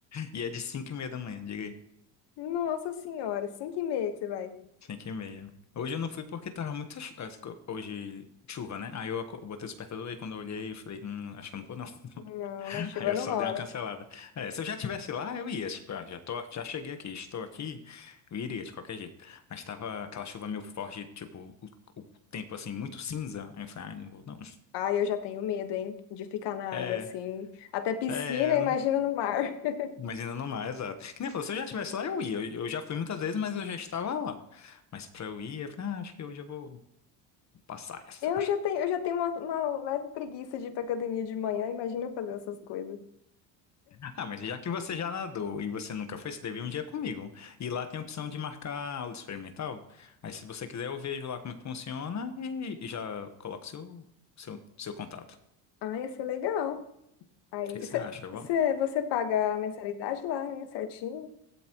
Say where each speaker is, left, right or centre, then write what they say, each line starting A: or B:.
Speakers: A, on the left; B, on the left.
A: E é de 5 e meia da manhã, diga aí.
B: <laughs> Nossa senhora, cinco e meia que você vai.
A: Cinco e meia. Hoje eu não fui porque tava muito. chu- as co- Hoje, chuva, né? Aí eu aco- botei o despertador e quando eu olhei, eu falei, hum, acho que eu não vou, não.
B: Não,
A: <laughs>
B: na chuva
A: Aí eu
B: não
A: só
B: rola.
A: dei uma cancelada. É, se eu já tivesse lá, eu ia. Tipo, ah, já tô, já cheguei aqui, estou aqui, eu iria de qualquer jeito. Mas tava aquela chuva meio forte, tipo, o, o tempo assim, muito cinza. Aí eu falei, ai, não vou, não.
B: Ai, eu já tenho medo, hein, de ficar na
A: É,
B: água assim. Até piscina,
A: é, eu
B: imagina
A: não.
B: no mar. <laughs>
A: Mas ainda não mais, exato. Que nem falou, se eu já tivesse lá, eu ia. Eu, eu já fui muitas vezes, mas eu já estava lá. Mas pra eu ir, eu falei, ah, acho que hoje eu vou passar essa.
B: Eu já tenho, eu já tenho uma, uma leve preguiça de ir pra academia de manhã, imagina eu fazer essas coisas.
A: Ah, mas já que você já nadou e você nunca foi, você deve ir um dia comigo. E lá tem a opção de marcar aula experimental. Aí, se você quiser, eu vejo lá como é que funciona e, e já coloco seu, seu, seu contato.
B: Ai, ia ser legal. Aí,
A: O que é que você
B: cê,
A: acha? Vamos?
B: cê- você paga a mensalidade lá, né, certinho?